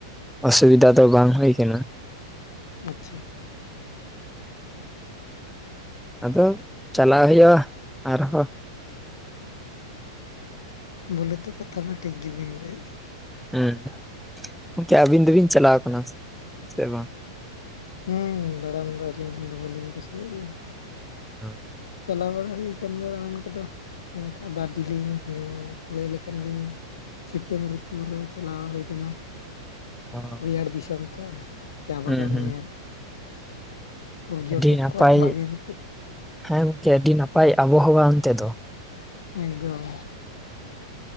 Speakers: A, in the centre; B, on the left.
A: ᱚᱥᱩᱵᱤᱫᱟ ᱫᱚ ᱵᱟᱝ ᱦᱩᱭ ᱟᱠᱟᱱᱟ
B: ᱟᱪᱪᱷᱟ
A: ᱟᱫᱚ ᱪᱟᱞᱟᱜ ᱦᱩᱭᱩᱜᱼᱟ ᱟᱨᱦᱚᱸ
B: ᱵᱚᱞᱮ ᱛᱚ ᱠᱟᱛᱷᱟ ᱢᱟ ᱴᱷᱤᱠ ᱜᱮᱵᱤᱱ ᱞᱟᱹᱭᱮᱜᱼᱟ
A: ᱦᱮᱸ ᱜᱚᱢᱠᱮ ᱟᱹᱵᱤᱱ ᱫᱚᱵᱤᱱ ᱪᱟᱞᱟᱣ ᱠᱟᱱᱟ ᱥᱮ? ᱵᱟᱝ
B: ᱦᱩᱸ ᱫᱟᱬᱟᱱ ᱫᱚ ᱟᱹᱞᱤᱧ ᱦᱚᱸᱫᱚᱢᱮ ᱞᱤᱧ ᱠᱩᱥᱤᱭᱟᱜ ᱜᱮ
A: ᱦ <unintelligible>
B: ᱪᱟᱞ ᱵᱟᱲᱟ ᱦᱩᱭ ᱠᱟᱱ ᱜᱮᱭᱟ ᱫᱟᱲᱟᱱ ᱠᱚᱫᱚ ᱫᱟᱨᱡᱤᱞᱤᱝ ᱦᱚᱸ ᱞᱟᱹᱭ ᱞᱮᱠᱷᱟᱱ ᱜᱤᱧ ᱥᱤᱛᱩᱝᱨᱤᱛᱩ ᱨᱮ ᱪᱟᱞᱟᱜᱣᱱᱟ
A: <inaudible>
B: ᱨᱮᱡᱟᱲ ᱫᱤᱥᱚᱢ ᱛᱚ ᱪᱟ ᱵᱟᱜᱟᱱ
A: ᱦᱩᱸ ᱦᱩᱸ
B: ᱧᱮᱞ ᱯᱚᱨᱡᱚᱴᱚᱠ
A: ᱟᱹᱰᱤ ᱱᱟᱯᱟᱭ
B: ᱠᱚᱣᱟᱜ ᱵᱷᱟᱹᱜᱤ <unintelligible>
A: ᱦᱮᱸ ᱜᱚᱝᱠᱮ ᱟᱹᱰᱤ ᱱᱟᱯᱟᱭ ᱟᱵᱚᱦᱟᱣᱟ ᱚᱱᱛᱮ ᱫᱚ
B: ᱮᱠᱫᱚᱢ